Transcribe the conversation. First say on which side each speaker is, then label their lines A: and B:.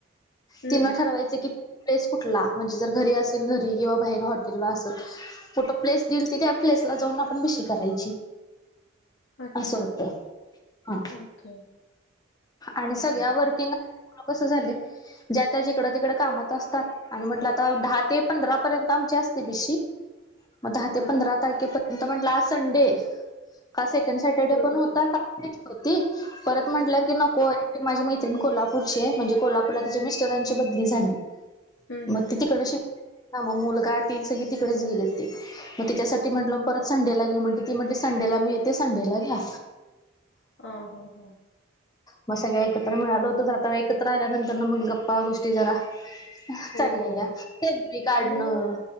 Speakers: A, on the left (about 60°); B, on the left (about 20°).
A: हम्म
B: तिनं ठरवायचं कि प्लेस कुठला म्हणजे जर घरी असेल घरी किंवा बाहेर हॉटेलला असल. फोटो प्लेस दिईल ती त्या प्लेस ला जाऊन आपण बीशी करायची.
A: अच्छा
B: असं होतं हा
A: ओके
B: आणि
A: हम्म
B: सगळ्या
A: हम्म
B: वर्किंग हव कसं झाले ज्या त्या जिकड तिकडं कामात असतात. आणि म्हटलं आता दहा ते पंधरा पर्यंत आमची असते भिशी मग दहा ते
A: अ
B: पंधरा तारखेपर्यंत म्हटलं संडे का सेकंड सॅटर्डे
A: बरोबर
B: पण होता
A: आहे.
B: का? होती परत म्हटलं
A: हम्म
B: की नको. माझी मैत्रिणी कोल्हापूरची आहे म्हणजे कोल्हापूरला त्याच्या मिस्टरांची बदली झाली.
A: हम्म
B: मग
A: हम्म
B: ते
A: हम्म.
B: तिकड श ना मग मुलगा ते सगळे तिकडेच गेले ते. मग त्याच्यासाठी म्हटलं मग परत संडेला घेऊ म्ह ती म्हटली संडेला मीेत. ते संडेला घ्या
A: अ हो हो
B: मग सगळ्या एकत्र मिळालं होत तरता एकत्र आल्यानंतर ना मग गप्पा गोष्टी जरा.
A: हो
B: चाललेल्या सेल्फी काढणं
A: आणि